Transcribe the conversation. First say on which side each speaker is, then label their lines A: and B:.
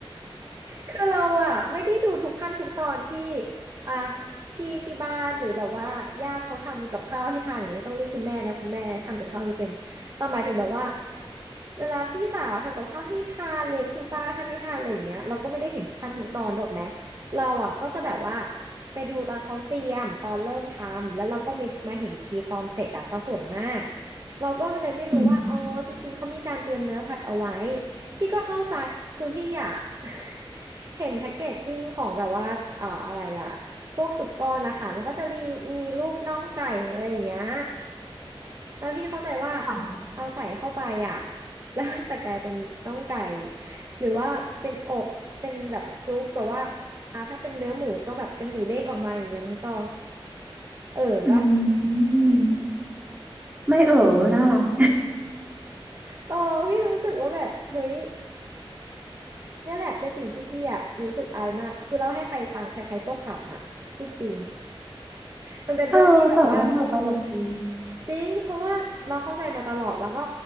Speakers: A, on the right (about 35°); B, on the right (about 20°).
A: คือเราอะไม่ได้ดูทุกขั้นทุกตอนที่อ่ะพี่ที่บ้านหรือแบบว่าญาติเขาทำกับข้าวให้ทานอย่างเงี้ยไม่ต้องเรียกคุณแม่นะคุณแม่ทำกับข้าวไม่เป็นแต่หมายถึงแบบว่าเวลาพี่สาวทำกับข้าวให้ทานเลยคุณป้าทำให้ทานอะไรอย่างเงี้ยเราก็ไม่ได้เห็นทุกขั้นทุกตอนหรอกนะเราอะก็จะแบบว่าไปดูตอนเขาเตรียมตอนเริ่มทำแล้วเราก็มีมาเห็นอีกทีตอนเสร็จอะซะส่วนมากเราก็เลยไม่รู้ว่าอ๋อจริงๆเขามีการเตรียมเนื้อสัตว์เอาไว้
B: <laughs> อืม
A: พี่ก็เข้าใจ คือพี่อ่ะ <laughs> เห็นแพ็กเกจจิ้งของแบบว่าเอ่ออะไรอ่ะพวกสุปกรณ์นะคะมันก็จะมีมีรูปน่องไก่อะไรอย่างเงี้ยแล้วพี่เข้าใจว่า
B: ค่ะ
A: เอาใส่เข้าไปอ่ะ <laughs> แล้วมันจะกลายเป็นน่องไก่หรือว่าเป็นอกเป็นแบบซุปแบบว่าอ่ะถ้าเป็นเนื้อหมูก็แบบเป็นหมูเด้งออกมาอย่างเงี้ยน้องตองเออปะ
B: อืม <laughs> อืมไม่เออน่ารัก
A: เออพี่รู้สึกว่าแบบเฮ้ยเนี่ยแหละเป็นสิ่งที่พี่อ่ะรู้สึกอายมากคือเล่าให้ใครฟังใครๆก็ขำอ่ะพูดจริง มันเป็นเรื่องที่แบบว่า
B: เออแต่ว่าเราตลกดี
A: จริงเพราะว่าเราเข้าใจมาตลอดแล้วก็